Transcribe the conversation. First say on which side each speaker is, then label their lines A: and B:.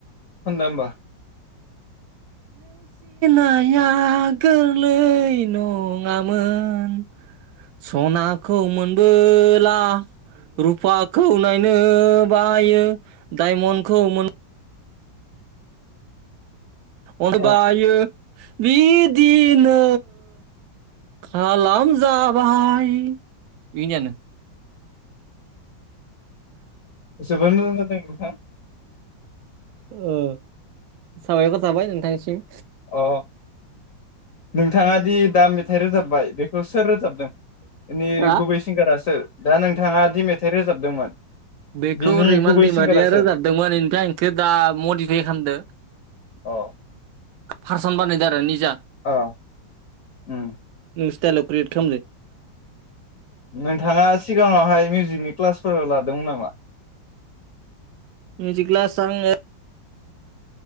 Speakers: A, on the left (about 55°); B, on the right (about 75°).
A: खनदो होमबा
B: <unintelligible> लै नङामोन सनाखौ मोनबोला रुफाखौ नायनो बायो डायमन्डखौ मोन अनबायो
A: अ
B: बिदिनो खालामजाबाय बेखिनियानो
A: जोबोर मोजां जादों नोंथां
B: औ साबायखर थाबाय नोंथांनिसिम
A: अ नोंथाङा दि दा मेथाइ रोजाबबाय बेखौ सोर रोजाबदों? नि
B: हा
A: गुबै सिंगारा सोर दा नोंथाङा दि मेथाइ रोजाबदोंमोन
B: बेखौ
A: बिनि
B: रैमाल
A: गुबै
B: दैमारिया
A: सिंगारा सोर
B: रोजाबदोंमोन एमफ्राय आं आंखौ दा मडिफाइ खालामदों
A: अ
B: फारसन बानायदों आरो निजा
A: अ उम
B: सिथाइल अफ्रिद खालामदों।
A: नोंथाङा सिगाङावहाय मिउजिकनि क्लासफोर लादोंमोन नामा?
B: मिउजिक क्लास आंङो